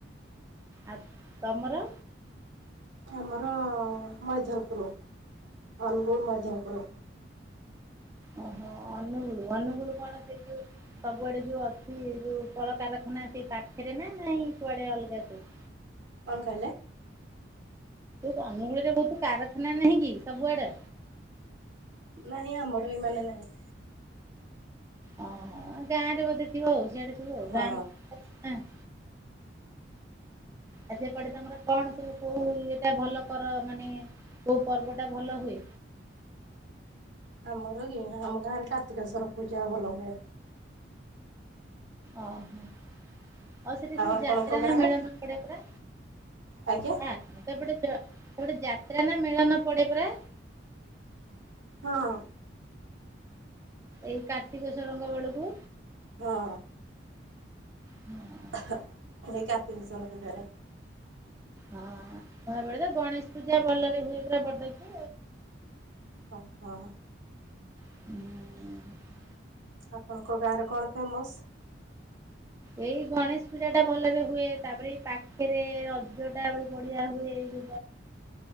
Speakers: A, on the right; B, on the right.
A: ଆଉ ତମର?
B: ଆମର ମଇଧରପୁରୁ ଅନୁଗୁଳ ମଇଧରପୁରୁ।
A: ଓହୋ ଅନୁଗୁଳୁ ଅନୁଗୁଳୁ କଣ ସେଇ ଯୋଉ ସବୁଆଡେ ଯୋଉ ଅଛି ଯୋଉ କଳକାରଖାନା ସେ ପାଖରେ ନା ନାଇଁ କୁଆଡେ ଅଲଗା କୁ?
B: କଣ କହିଲେ?
A: ଅନୁଗୁଳରେ ବହୁତ କାରଖାନା ନାହିଁ କି ସବୁଆଡେ।
B: ନାହିଁ ଆମର ଏଇମାନେ ନାହିଁ।
A: ଓହୋ ଗାଁ ରେ ବୋଧେ ଥିବ ଆଉ ସିଆଡେ ସବୁ ଆଉ।
B: ହଁ।
A: <unintelligible> ଆ ସେପଟେ ତମର କଣ ସବୁ କୋଉ ଇଏଟା ଭଲ କର ମାନେ କୋଉ ପର୍ବ ଟା ଭଲ ହୁଏ?
B: ଆମର କି ଆମ ଗାଁରେ କାର୍ତ୍ତିକେଶ୍ୱର ପୂଜା ଭଲ ହୁଏ।
A: ଓ ହୋ। ଆଉ ସେଠି ସବୁ
B: ଆପଣଙ୍କ
A: ଯାତ୍ରା ନା
B: ଗାଁରେ
A: ମେଳଣ ପଡେ ପା?
B: ଆଜ୍ଞା।
A: ସେପଟେ ତ ସେପଟେ ଯାତ୍ରା ନା ମେଳନ ପଡେ ପରା।
B: ହଁ।
A: ଏଇ କାର୍ତ୍ତିକ ସରଙ୍ଗ ବେଳକୁ-
B: ହଁ।
A: ହଁ
B: ଏଇ କାର୍ତ୍ତିକେସ୍ଵର ପୂଜାରେ
A: ହଁ କହା ବେଳେ ତ ଗଣେଶ ପୂଜା ଭଲରେ ହୁଏ ପୁରା ବଡକୁ।
B: ହ ହଁ।
A: ହୁଁ <inaudible>
B: ଆପଣଙ୍କ ଗାଁରେ କଣ ଫେମସ୍?
A: ଏଇ ଗଣେଶ ପୂଜା ଟା ଭଲରେ ହୁଏ। ତାପରେ ଏଇ ପାଖରେ ରଜ ଟା ବଢିଆ ହୁଏ। ଏଇ-